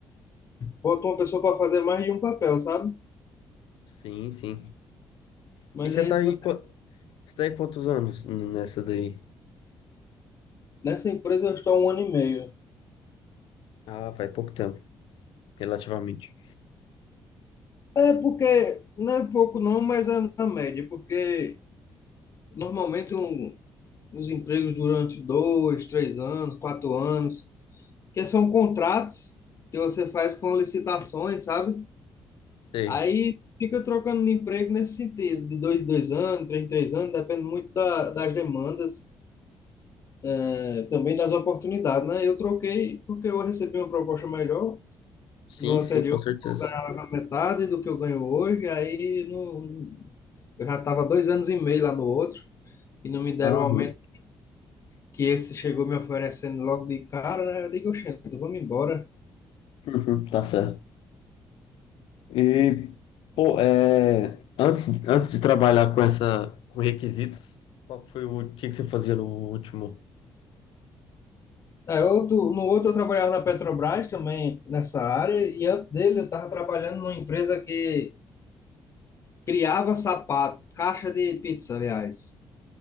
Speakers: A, on the left; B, on the left.
A: bota uma pessoa para fazer mais de um papel, sabe?
B: sim, sim.
A: Mas
B: E você
A: aí
B: tá
A: se
B: aí,
A: você
B: qua- você tá aí quantos anos n- nessa daí?
A: nessa empresa eu estou há um ano e meio.
B: Ah, faz pouco tempo, relativamente.
A: É porque não é pouco não, mas é na média, porque normalmente um, os empregos durante dois, três anos, quatro anos, que são contratos que você faz com licitações, sabe?
B: Sei.
A: Aí fica trocando de emprego nesse sentido, de dois em dois anos, três em três anos, depende muito da, das demandas, eh, também das oportunidades, né? Eu troquei porque eu recebi uma proposta melhor
B: Sim,
A: no anterior,
B: sim, com certeza.
A: eu ganhava metade do que eu ganho hoje, aí não, eu já estava dois anos e meio lá no outro e não me deram
B: Aham,
A: o aumento que esse chegou me oferecendo logo de cara, né? Eu digo, oxente, vamos embora.
B: <laughs> tá certo. E, pô, é, antes, antes de trabalhar com essa, com requisitos, qual que foi o, o que que você fazia no último?
A: É, outro, no outro eu trabalhava na Petrobras também nessa área e antes dele eu estava trabalhando numa empresa que criava sapato, caixa de pizza, aliás,